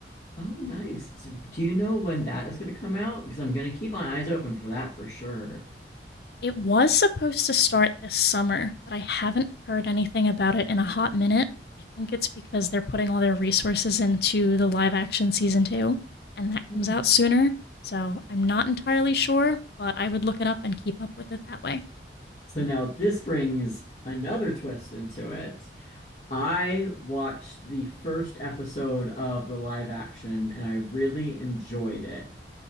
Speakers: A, on the left (about 40°); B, on the left (about 60°).
A: Oh, nice. So do you know when that is going to come out? Because I'm going to keep my eyes open for that for sure.
B: It was supposed to start this summer, but I haven't heard anything about it in a hot minute. I think it's because they're putting all their resources into the live action season two, and that
A: Mm.
B: comes out sooner. So I'm not entirely sure, but I would look it up and keep up with it that way.
A: So now this brings another twist into it. I watched the first episode of the live action and I really enjoyed it.